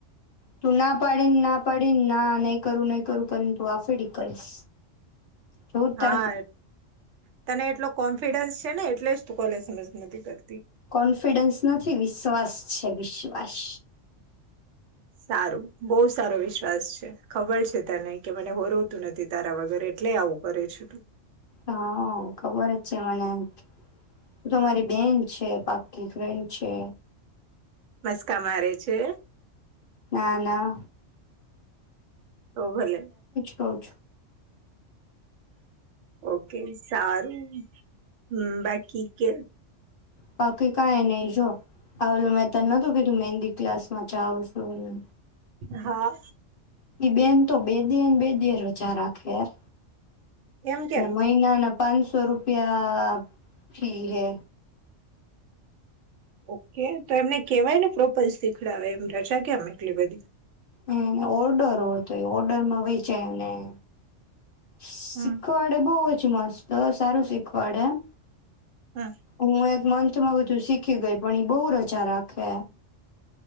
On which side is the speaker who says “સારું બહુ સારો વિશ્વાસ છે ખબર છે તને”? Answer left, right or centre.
Right